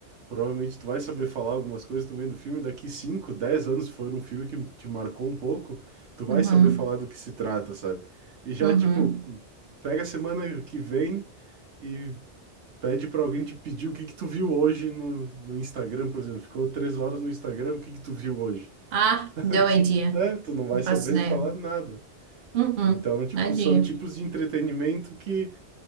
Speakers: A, on the right; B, on the right.
A: Provavelmente tu vai saber falar algumas coisas também do filme. Daqui cinco 10 anos, se for um filme que te marcou um pouco, tu vai
B: Uhum.
A: saber falar do que se trata, sabe? E já,
B: Uhum.
A: tipo, pega a semana que vem e pede pra alguém te pedir o que que tu viu hoje no, no Instagram, por exemplo. Ficou três horas no Instagram, o que que tu viu hoje?
B: Ah,
A: <laughs>
B: no
A: Tu,
B: idea.
A: é, tu não vai
B: Não faço
A: saber
B: ideia.
A: falar nada.
B: Uhum,
A: Então, tipo,
B: nadinha.
A: são tipos de entretenimento que